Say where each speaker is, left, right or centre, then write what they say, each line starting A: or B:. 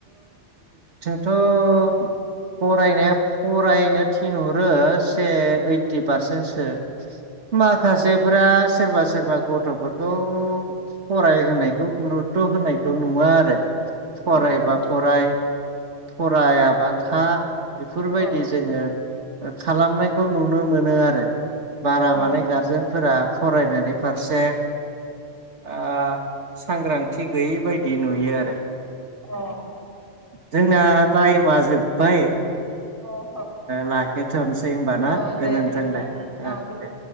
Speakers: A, on the right (about 75°); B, on the right (about 15°).
A: थ' फरायनाया फरायनो थिनहरो से ओइटि पारसेन्टसो माखासेफोरा सोरबा सोरबा गथ'फोरखौ फरायहोनायखौ गुरुतथ' होनायखौ नुवा आरो फरायबा
B: औ औ
A: फराय फरायाबा था बेफोर बायदि
B: औ
A: जोङो खालामनायखौ नुनो मोनो आरो बारा
B: अ
A: माने गारजेनफोरा फरायनायनि फारसे ओ सांग्रांथि गैयै बायदि नुयो आरो
B: अ
A: जोंना टाइमा जोब्बाय
B: अ अ
A: लाखोथ'नोसै हबाना
B: औ दे
A: गोजोनथों
B: बिदिब्ला
A: दे दे
B: औ गो